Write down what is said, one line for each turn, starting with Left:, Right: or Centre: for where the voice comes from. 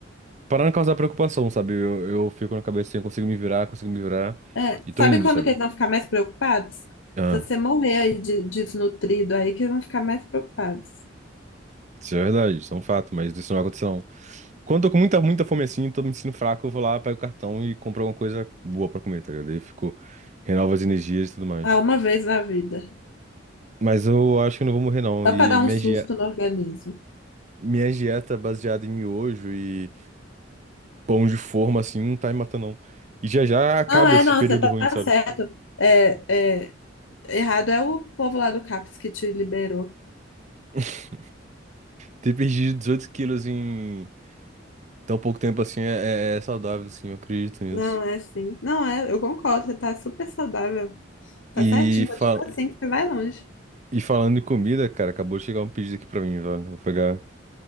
Right: Para não causar preocupação, sabe? Eu, eu fico na cabeça assim, eu consigo me virar, consigo me virar,
Left: É,
Right: e
Left: sabe
Right: tô indo,
Left: quando
Right: sabe?
Left: que eles vão ficar mais preocupados?
Right: Ah,
Left: Se você morrer aí de- desnutrido aí, que eles vão ficar mais preocupados.
Right: isso é verdade, isso é um fato, mas isso não vai acontecer, não. Quando eu tô com muita, muita fome assim, tô me sentindo fraco, eu vou lá, pego o cartão e compro alguma coisa boa pra comer, tá ligado? Aí eu fico, renovo as energias e tudo mais.
Left: Ah, uma vez na vida.
Right: Mas eu acho que eu não vou morrer, não.
Left: Só
Right: E
Left: para dar
Right: minha
Left: um susto
Right: dieta,
Left: no organismo.
Right: minha dieta é baseada em miojo e pão de forma, assim, não tá me matando, não. E já já acaba
Left: Não, é,
Right: esse
Left: não,
Right: período
Left: você tá
Right: ruim, sabe?
Left: certo. É, é, errado é o povo lá do CAPS que te liberou.
Right: <laughs> Ter perdido 18 quilos em tão pouco tempo assim é, é- é saudável, assim, eu acredito nisso.
Left: Não, é assim. Não, é, eu concordo, você tá super saudável. Tá
Right: E,
Left: certinho,
Right: fal...
Left: continua assim que você vai longe.
Right: e falando em comida, cara, acabou de chegar um pedido aqui pra mim, velho. Vou pegar